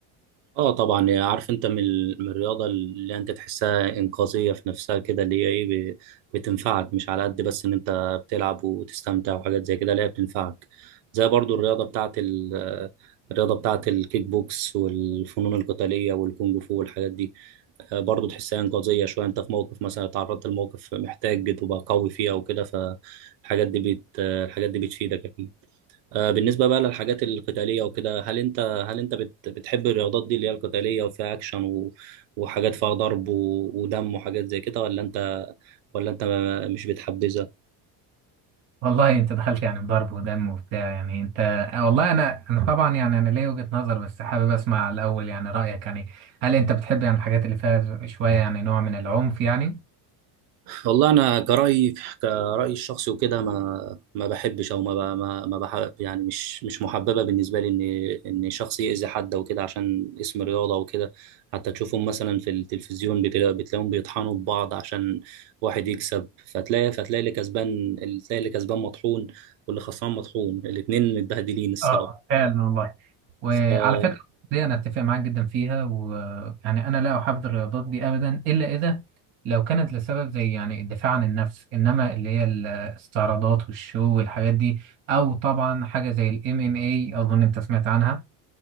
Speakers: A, on the right; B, on the right.
A: اه طبعا عارف انت من ال- من الرياضه اللي انت تحسها انقاذيه في نفسها كده اللي هي ايه ب- بتنفعك مش على قد بس ان انت بتلعب وتستمتع وحاجات زي كده لا هي بتنفعك زي برضو الرياضه بتاعت ال- الرياضه بتاعت الكيك بوكس والفنون القتاليه والكونج فو والحاجات دي آه، برضو تحسها انقاذيه شويه انت في موقف مثلا اتعرضت لموقف محتاج تبقى قوي فيه او كده فالحاجات دي بت الحاجات دي بتفيدك اكيد آه، بالنسبة بقى للحاجات القتالية وكده هل انت هل انت بت بتحب الرياضات دي اللي هي القتالية وفيها اكشن و... وحاجات فيها ضرب و... ودم وحاجات زي كده ولا انت ولا انت مش بتحبذها
B: والله أنت دخلت يعني بضرب ودم وبتاع يعني أنت آه، والله أنا أنا طبعا يعني أنا ليا وجهة نظر بس حابب أسمع الأول يعني رأيك يعني هل أنت بتحب يعني الحاجات اللي فيها شوية يعني نوع من العنف يعني؟
A: والله انا كرأيي كرأيي الشخصي وكده ما ما بحبش او ما ب- ما ما بحب يعني مش مش محببه بالنسبه لي ان ان شخص يأذي حد وكده عشان اسم رياضه وكده حتى تشوفهم مثلا في التلفزيون بتلا- بتلاقيهم بيطحنوا ببعض عشان واحد يكسب فتلاقي فتلاقي اللي كسبان تلاقي اللي كسبان مطحون واللي خسران مطحون الاتنين متبهدلين الصراحه
B: اه فعلا والله وعلى
A: ف-
B: فكرة دي أنا أتفق معاك جدا فيها ويعني أنا لا أحب الرياضات دي أبدا إلا إذا لو كانت لسبب زي يعني الدفاع عن النفس إنما اللي هي الاستعراضات والشو والحاجات دي أو طبعا حاجة زي ال MMA أظن أنت سمعت عنها